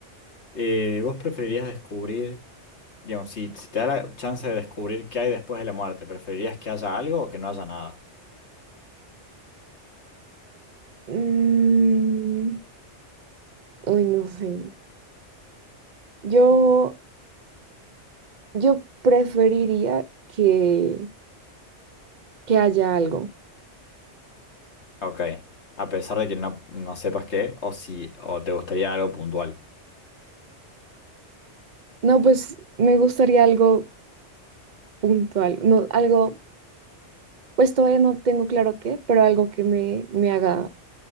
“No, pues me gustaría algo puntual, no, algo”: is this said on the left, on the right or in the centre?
Right